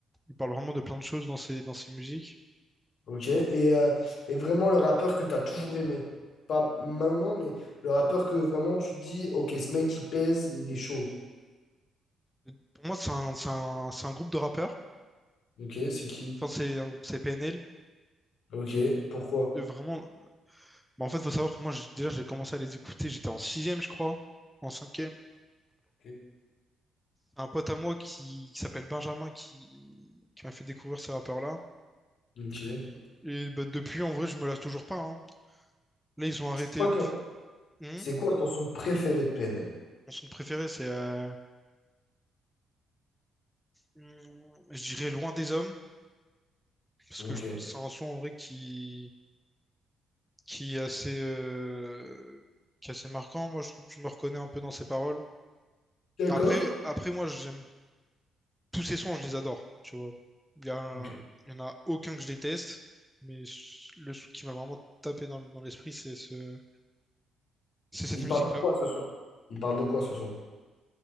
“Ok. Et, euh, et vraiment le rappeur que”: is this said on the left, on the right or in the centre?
Left